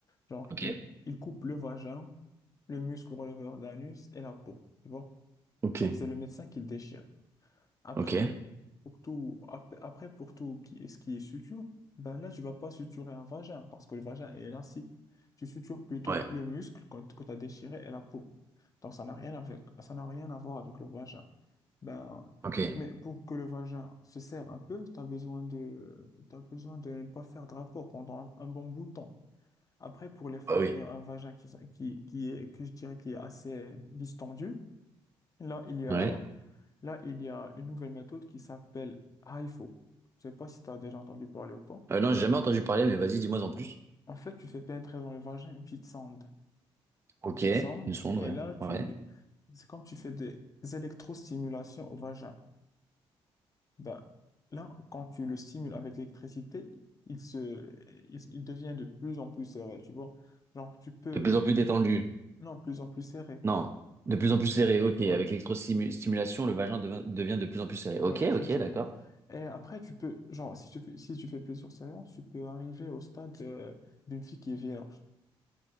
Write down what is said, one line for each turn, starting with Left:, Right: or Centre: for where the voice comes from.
Left: Genre,
Right: Ok.
Left: il, il coupe le vagin, le muscle releveur de l'anus et la peau. Tu vois?
Right: Ok.
Left: Alors, c'est le médecin qui le déchire. Après,
Right: Ok.
Left: pour tout, ap- après, pour tout qui, ce qui est suture, ben là, tu vas pas suturer un vagin parce que le vagin est élastique. Tu sutures plutôt
Right: Ouais.
Left: le muscle quand- que tu as déchiré et la peau. Donc, ça n'a rien avec, ça n'a rien à voir avec le vagin. Ben,
Right: Ok.
Left: mais pour que le vagin se serre un peu, tu as besoin de, t'as besoin de ne pas faire de rapport pendant un, un bon bout de temps. Après, pour les femmes
Right: Ah oui.
Left: qui ont un vagin qui, sont- qui, qui est, que je dirais qui est assez distendu, là, il y a,
Right: Ouais.
Left: là, il y a une nouvelle méthode qui s'appelle HIFO. Je sais pas si tu as déjà entendu parler ou pas.
Right: Euh, non, j'ai jamais entendu parler, mais vas-y, dis-moi en plus.
Left: En fait, tu fais pénétrer dans le vagin une petite sonde.
Right: Ok,
Left: Une petite sonde,
Right: une sonde,
Left: et
Right: ouais.
Left: là, tu,
Right: Ouais.
Left: c'est comme tu fais des électrostimulations au vagin. Ben, là, quand tu le stimules avec l'électricité, il se, il, il devient de plus en plus serré, tu vois. Genre, tu peux,
Right: De plus en plus détendu.
Left: non, de plus en plus serré.
Right: Non, de plus en plus serré. Ok, avec
Left: Ouais,
Right: l'électrostimulation, le vagin
Left: ouais,
Right: devin- devient de plus en plus serré.
Left: ouais,
Right: Ok,
Left: effectivement.
Right: ok, d'accord.
Left: Et après, tu peux, genre, si tu fais, si tu fais plusieurs séances, tu peux arriver au stade euh, d'une fille qui est vierge.